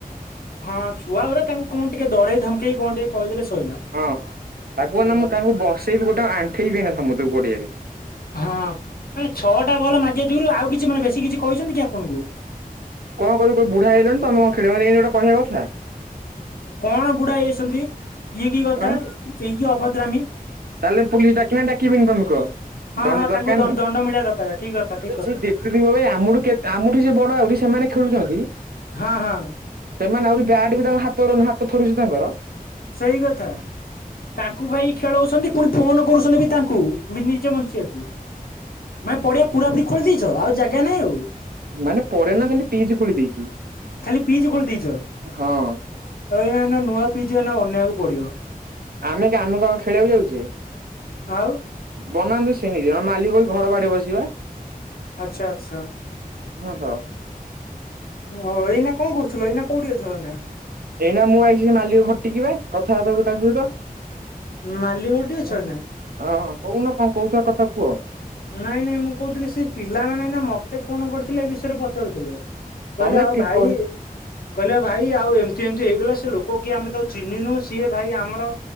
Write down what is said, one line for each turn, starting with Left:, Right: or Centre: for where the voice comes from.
Left: ହଁ ଛୁଆ ଘରେ ତାଙ୍କୁ କଣ ଟିକେ ଡରେଇ ଧମକେଇ କଣ ଟିକେ? କହିଦେଲେ ସଇଲା
Right: ହଁ ହଁ ତାଙ୍କୁ
Left: ଅ
Right: ମାନେ ମୁଁ ତାଙ୍କୁ ବସେଇବି, ଗୋଟେ ଆଣ୍ଠେଇବି ଏଇନା ସମସ୍ତଙ୍କୁ ଗଡିଆରେ
Left: ହଁ ମାନେ ଛଅଟା ବଲ୍ ମାଗିଆ ଯୁଗୁରୁ, ଆଉ କିଛି ମାନେ ବେଶୀ କିଛି କହିଛନ୍ତି କି ଆପଣଙ୍କୁ?
Right: କଣ କହୁଛ ତମେ ବୁଢା ହେଇଗଲଣି, ତମେ କଣ ଖେଳିବ ଏ ଗୋଟେ କହିବା କଥା
Left: କଣ ବୁଢା ହେଇଯାଇଛନ୍ତି?
Right: ଆଁ ତାହେଲେ ପୁଲିସ୍ ଡାକିବି ନା ଡାକିବିନି ତମେ କୁହ?
Left: ହଁ
Right: ଦଣ୍ଡ
Left: ହଁ
Right: ଦରକାର
Left: ତାଙ୍କୁ ଦ
Right: ନା,
Left: ଦଣ୍ଡ ମିଳିବା ଦରକାର ଠିକ କଥା
Right: ସିଏ
Left: ଠିକ କଥା
Right: ଦେଖିଥିବ ଭାଇ ଆମଠ ଆମଠ ଯିଏ ବଡ, ଆହୁରି ସେମାନେ ସେମାନେ ଖେଳୁଛନ୍ତି।
Left: ହଁ- ହଁ।
Right: ସେମାନେ ଆହୁରି ବ୍ୟାଟ୍ ବି ତାଙ୍କ ହାତ ହାତ ଥରୁଛି ତାଙ୍କର।
Left: ସେଇ କଥା ତାଙ୍କୁ ଭାଇ ଖେଳଉଛନ୍ତି, ପୁଣି ଫୋନ କରୁଛନ୍ତି ବି ତାଙ୍କୁ ନିଜେ ବଞ୍ଚିବାକୁ ନା ପଡିଆ ପୁରା ପୁରି ଖୋଲି ଦେଇଛ। ଆଉ ଜାଗା ନାଇଁ ଆଉ
Right: ମାନେ ପେ ନା ଖାଲି ପିଜ ଖୋଲି ଦେଇଛି
Left: ଖାଲି ପିଜ ଖୋଳି ଦେଇଛ
Right: ହଁ
Left: ତ ଏଇନା ଏଇନା ନୂଆ ପିଜ ଏଇନା। ବନେଇବାକୁ ପଡିବ
Right: ଆମେ କି ଆମେ କଣ ଖେଳିଆକୁ ଯାଉଛେ।
Left: ଆଉ।
Right: ବନାନ୍ତୁ ସେନି ଦ ମାଲିକ ଘର ବାଡେ ବସିବା
Left: ଆଛା ଆଚ୍ଛା।
Right: ହୁଁ ହ।
Left: ଓଃ ଏଇନା କଣ କରୁଥିଲ ଏଇନା କୋଉଠି ଅଛ ଏଇନା।
Right: ଏଇନା ମୁଁ ଆଇଛି ସେ ମାଲିକ ଘଟିକି ବା କଥାହବାକୁ ତା ସହିତ।
Left: ମାଲି ଗ ଅଛ
Right: ଓହୋ।
Left: ନା?
Right: ଓହଁ କହୁନ କଣ କହୁଛ କଥା କୁହ।
Left: ନାଇଁ ନାଇଁ ମୁଁ କହୁଥିଲି ସେ ପିଲାମାନେ ଏଇନା ମତେ ଫୋନ କରିଥିଲେ ଏ ବିଷୟରେ ପଚାରୁଥିଲେ। କହିଲେ
Right: ତମେ
Left: ଆଉ
Right: କି
Left: ଭାଇ।
Right: କହି
Left: କହିଲେ ଭାଇ ଆଉ ଏମିତି ଏମିତି ହେଇଗଲା ସେ ଲୋକ କିଏ ଆମେ ତାକୁ ଚିହ୍ନି ନୁ ସିଏ ଭାଇ ଆମର।